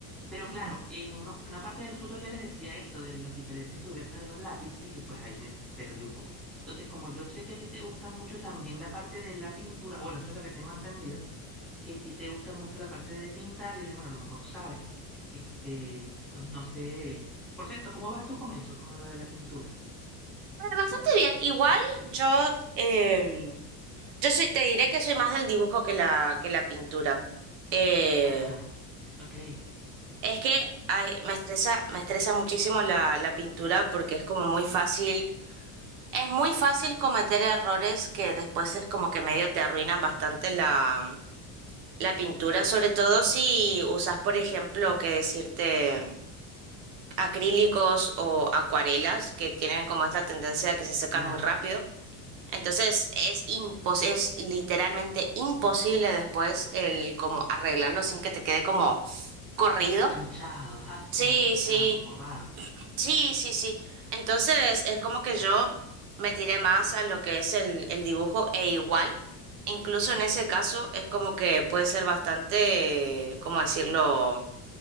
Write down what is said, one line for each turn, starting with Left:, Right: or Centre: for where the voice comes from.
Centre: Pero
Right: Ujú.
Centre: claro, en unos- una parte de los tutoriales decía esto de las diferentes durezas de los lápices y pues ahí me perdí un poco. Entonces, como yo sé que a ti te gusta mucho también la parte de la pintura, bueno, eso es lo que tengo entendido, que a ti te gusta mucho la parte de pintar, yo dije, bueno, a lo mejor sabes. Este, no, no sé. Por cierto, ¿cómo vas tú con eso, con lo de la pintura?
Right: Eh, Bastante bien. Igual yo, eh, yo soy, te diré que soy más del dibujo que la, que la pintura. Eh,
Centre: Ah, ok,
Right: es que ay, me estresa, me estresa muchísimo la, la pintura porque es como muy fácil Es muy fácil cometer errores que después es como que medio te arruinan bastante la, la pintura, sobre todo si usas, por ejemplo, que decirte acrílicos o acuarelas que tienen como esta tendencia a que se secan
Centre: claro.
Right: muy rápido. Entonces es impos es literalmente imposible después el como arreglarlo sin que te quede como corrido.
Centre: Manchado, ajá,
Right: Sí,
Centre: como manchado,
Right: sí.
Centre: como raro.
Right: Sí, sí, sí. Entonces es como que yo me tiré más a lo que es el, el dibujo e igual, incluso en ese caso es como que puede ser bastante, ¿cómo decirlo?